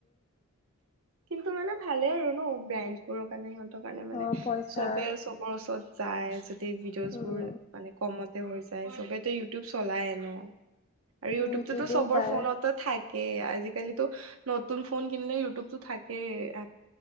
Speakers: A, on the right (about 75°); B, on the left (about 30°).
A: কিন্তু মানে ভালেই নু ব্ৰেণ্ড বোৰৰ কাৰণে সিহত ট কাৰণে মানে
B: অ পইচা
A: চবে চবৰ ওচৰত যায় যদি ভিডিঅ'জ
B: উম
A: বোৰ মানে কমতে হৈ যায়। পায়ে ছবেইটো ইউট টো চলায়ে ন, আৰু ইউটোবটো
B: ইউটিউবেও
A: ছবৰ
B: পায়
A: ফোনতে থাকেই আজি আজিকালিতো নতুন ফোন কিনিলে ইউটিউবটো থাকে এপ